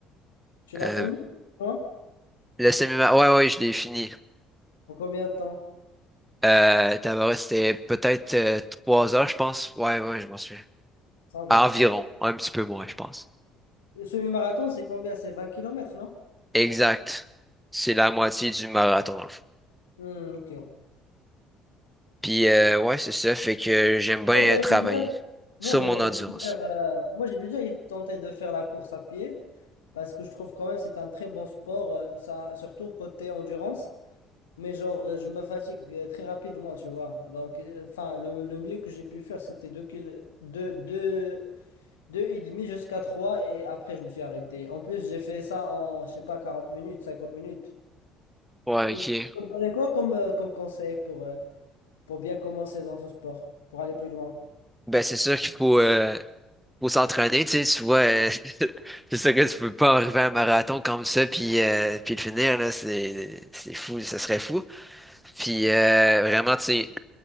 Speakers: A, on the left (about 75°); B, in the centre.
A: Tu l'as
B: Euh,
A: fini? Hein
B: le semi-marathon, ouais, ouais, ouais, je l'ai fini.
A: En combien de temps?
B: Euh, tabarouette, c'était peut-être euh, trois heures, je pense. Ouais, ouais, je m'en souviens.
A: Ça va,
B: Environ,
A: ça.
B: un petit peu moins, je pense.
A: Le semi-marathon, c'est combien? C'est vingt kilomètres non?
B: Exact. C'est la moitié du marathon, dans le fond.
A: Hmm, ok.
B: Puis, euh, ouais, c'est ça, fait que j'aime bien
A: Moi, j'aimerais
B: travailler
A: bien moi,
B: sur
A: j'aimerais
B: mon endurance.
A: bien faire, euh, moi, j'ai déjà tenté de faire la course à pied parce que je trouve quand même c'est un très bon sport, euh, ça, surtout côté endurance. Mais genre, euh, je me fatigue euh, très rapidement, tu vois. Donc, euh, enfin, le, le mieux que j'ai pu faire, c'était 2 kil deux deux- deux et demi jusqu'à trois et après, je me suis arrêté. En plus, j'ai fait ça en, je sais pas, 40 minutes, 50 minutes.
B: Ouais,
A: Euh,
B: ok.
A: Tu me donnerais quoi comme, euh, comme conseil pour, euh, pour bien commencer dans ce sport, pour aller plus loin?
B: Ben, c'est sûr qu'il faut, euh, faut s'entraîner, tu sais, tu vois, euh, <laughs> c'est sûr que tu peux pas arriver à un marathon comme ça, puis, euh, puis le finir, là, c'est, c'est fou, ça serait fou. Puis, euh, vraiment, tu sais,